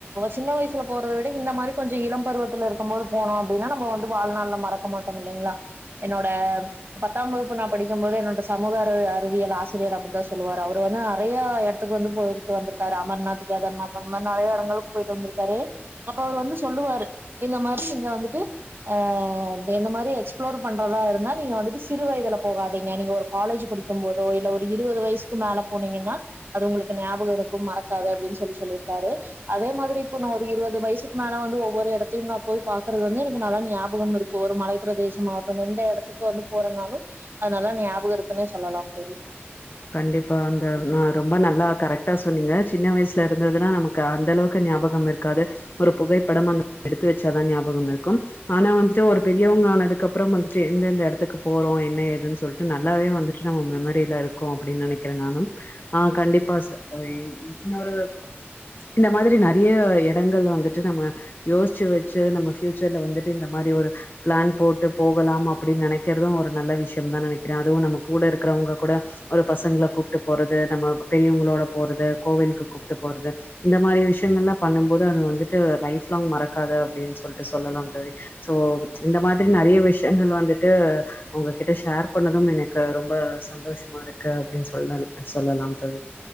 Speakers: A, on the right; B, on the left.
A: சின்ன வயசுல போறத விட இந்த மாரி கொஞ்சம் இளம் பருவத்துல இருக்கும்போது போனோம் அப்டின்னா நம்ம வந்து வாழ்நாள்ல மறக்க மாட்டோம் இல்லங்களா என்னோட பத்தாம் வகுப்பு நா படிக்கும் போது என்னோட சமூக அறிவியல் ஆசிரியர் அப்டின தா சொல்லுவாரு அவரு வந்து நிறைய இடத்துக்கு வந்து போயிட்டு வந்திருக்காரு அமர்நாத் கேதர்நாத் அந்த மாரி நிறைய இடங்களுக்கு போயிட்டு வந்திருக்காரு அப்ப அவரு வந்து சொல்லுவாரு இந்த மாரி இங்க வந்துட்டு ஆ என்ன மாரி எக்ஸ்ப்ளோர் பண்றதா இருந்தா நீங்க வந்துட்டு சிறு வயதுல போகாதீங்க நீங்க ஒரு காலேஜ் படிக்கும் போதோ இல்ல ஒரு இருவது வயசுக்கு மேல போனீங்கன்னா அது உங்களுக்கு ஞாபகம் இருக்கும் மறக்காது அப்டினு சொல்லி சொல்லியிருக்காரு அதே மாரி இப்போ நா ஒரு இருபது வயசுக்கு மேலே வந்து ஒவ்வொரு இடத்தையும் நா போய் பாக்கிறது வந்து எனக்கு நல்லா ஞாபகம் இருக்கு ஒரு மலை பிரதேசம் மாவட்டம் எந்த இடத்துக்கு வந்து போறனாலும் அது நல்லா ஞாபகம் இருக்குன்னே சொல்லலாம் தோழி
B: கண்டிப்பா அந்த நா ரொம்ப நல்லா கரெக்டா சொன்னீங்க சின்ன வயசு இருந்ததுனா நமக்கு அந்த அளவு ஞாபகம் இருக்காது ஒரு புகைப்படம் எடுத்து வச்சாதான் ஞாபகம் இருக்கும் ஆனா வந்துட்டு ஒரு பெரியவங்க ஆனதுக்கு அப்றோ வந்துட்டு எந்தெந்த எடத்துக்கு போறோம் என்ன என் ஏதுனு சொல்லிட்டு நல்லாவே வந்துட்டு நம்ம மெம்மரில இருக்கும் அப்டின்னு நினைக்கிறேன் நானும் ஆ கண்டிப்பா தோழி இன்னொரு இந்த மாரி நிறைய இடங்கள் வந்து தட்டனமா யோசிச்சி வச்சி நம்ம ஃப்யூச்சர்ல வந்துட்டு இந்த மாரி ஒரு பிளான் போட்டு போகலாம் அப்டி நெனைக்கிறதும் ஒரு நல்ல விஷியம் தா நெனைக்கிறே அதுவும் நம்ம கூட இருக்கிறவங்க கூட ஒரு பசங்கள கூப்ட்டு போறது நம்ம பெரியவங்களோட போறது கோவிலுக்கு கூப்ட்டு போறது இந்த மாரி விஷியங்கள்லாம் பண்ண போது அது வந்துட்டு லைஃப் லாங் மறக்காது அப்டின் சொல்ட்டு சொல்லலாம் தோழி சோ இந்த மாதிரி நறையா விஷியங்கள் வந்து ட்டு உங்ககிட்ட ஷேர் பண்ணதும் எனக்கு ரொம்ப சந்தோஷமா இருக்கு அப்டின் சொன்னாரு சொல்லலாம் தோழி